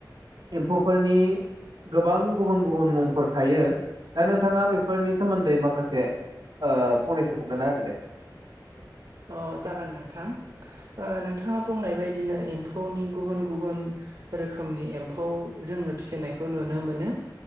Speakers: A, on the right; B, on the right.
A: एम्फौफोरनि गोबां गुबुन गुबुन मुंफोर थायो दा नोंथाङा बेफोरनि सोमोन्दै माखासे ओ फंनैसो खोनथाना होदो दे।
B: अ जागोन नोंथां ओ नोंथाङा बुंनाय बदिनो एम्फौनि गुबुन गुबुन रोखोमनि एम्फौ जो जोङो फिसिनायखौ नुनो मोनो